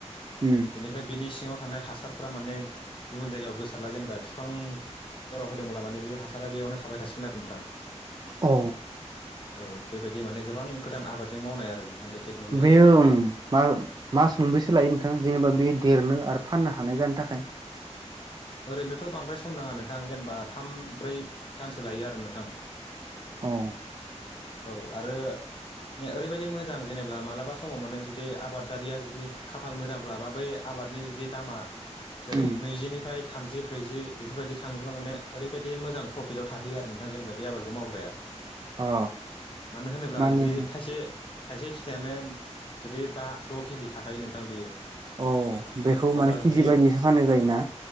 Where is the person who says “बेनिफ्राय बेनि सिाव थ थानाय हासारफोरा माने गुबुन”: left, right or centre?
Left